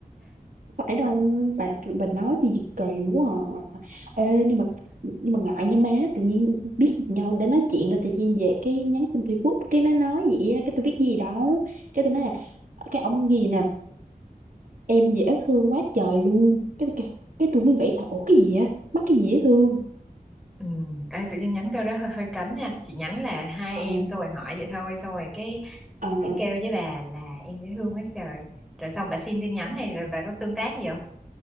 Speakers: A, on the right; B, in the centre.
A: phải đâu
B: Đó.
A: bà bà nói tôi gì kỳ quá à. Ê, nhưng mà nhưng mà ngại nha má tự nhiên biết nhau đã nói chuyện rồi tự nhiên về cái nhắn tin Facebook cái nó nói vậy á, cái tôi biết gì đâu cái tôi nói là cái ông gì nè em dễ thương quá trời luôn cái tôi kêu- cái tôi mới nghĩ là ủa cái gì á mắc cái gì dễ thương
B: ừ, ê, tự nhiên nhánh câu đó hơi, hơi cấn nha chị nhánh là hai
A: Ờ,
B: em tôi hỏi vậy thôi xong rồi cái
A: ờ,
B: cái
A: ờ.
B: kêu với bà là em dễ thương quá trời rồi xong bà xin tin nhắn hay rồi bà có tương tác gì không